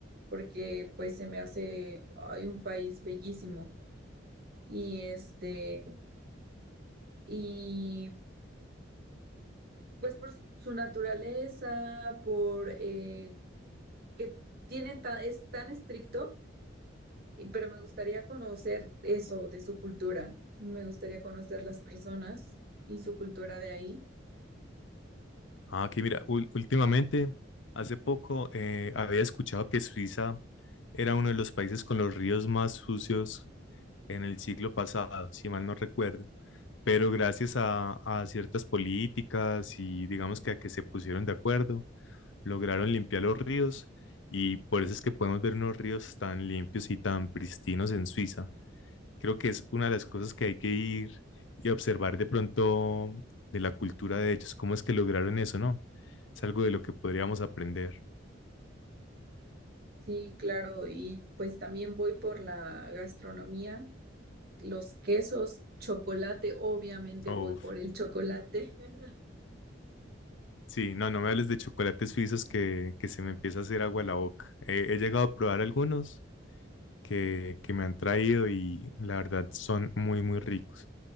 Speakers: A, on the right; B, on the left.
A: porque pues se me hace, ay, un país bellísimo. Y este, y Pues por su, su naturaleza, por eh, que tienen ta- es tan estricto, y- pero me gustaría conocer eso de su cultura. Me gustaría conocer las personas y su cultura de ahí.
B: Ah, aquí mira, ul- últimamente, hace poco eh, había escuchado que Suiza era uno de los países con los ríos más sucios en el siglo pasado, si mal no recuerdo, pero gracias a, a ciertas políticas y digamos que a que se pusieron de acuerdo, lograron limpiar los ríos y por eso es que podemos ver unos ríos tan limpios y tan pristinos en Suiza. Creo que es una de las cosas que hay que ir y observar de pronto de la cultura de ellos, cómo es que lograron eso, ¿no? Es algo de lo que podríamos aprender.
A: Sí, claro, y pues también voy por la gastronomía, los quesos, chocolate, obviamente
B: Uf,
A: voy por el chocolate. <laughs>
B: sí, no, no me hables de chocolates suizos que, que se me empieza a hacer agua la boca. He, he llegado a probar algunos que, que me han traído y la verdad son muy, muy ricos.